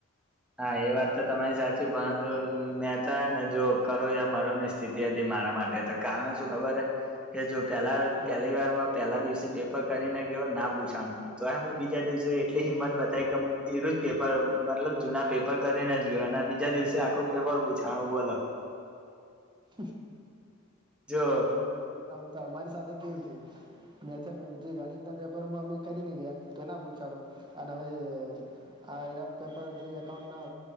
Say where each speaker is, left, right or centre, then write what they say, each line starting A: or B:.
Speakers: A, in the centre; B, on the right.
A: હા એ વાત તો તમારી સાચી પણ મેં તો હે ને જો કરો યા મરો ની સ્થિતિ હતી મારા માટે તો કારણ શું ખબર હે કે જો પેલા
B: હા
A: પહેલી વારમાં પેલા દિવસે પેપર કરીને ગયો ના પૂછાનું તો હું બીજા દિવસે એટલી
B: હમ
A: હિંમત, બતાવી કે હું એરું જ પેપર મતલબ જૂના પેપર કરીને જ ગયો અને બીજા દિવસે આખું પેપર પૂછાણું બોલો
B: <inaudible>
A: જો
B: તો અમારી સાથે કેવું થયું. મે જે ગણિત ના પેપરમાં અમે કરી ને ગયા તો ના પૂછાણું અને અવે આ એ પેપર જે એકાઉન્ટ ના